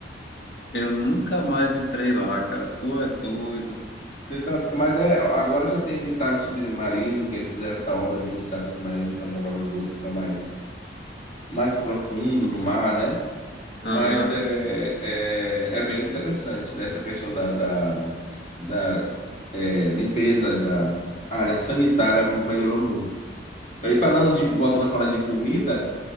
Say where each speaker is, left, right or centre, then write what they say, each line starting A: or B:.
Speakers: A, on the left; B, on the left.
A: eu nunca mais entrei lá, cara. Tu é doido.
B: Vocês são- Mas é, agora já tem emissário submarino, que eles fizeram essa obra de emissário submarino para jogar o esgoto para mais, mais profundo no mar, né? Mas
A: Aham.
B: é, é, é bem interessante nessa questão da, da, da é, limpeza, da área sanitária melhorou muito. E falando de, voltando a falar de comida,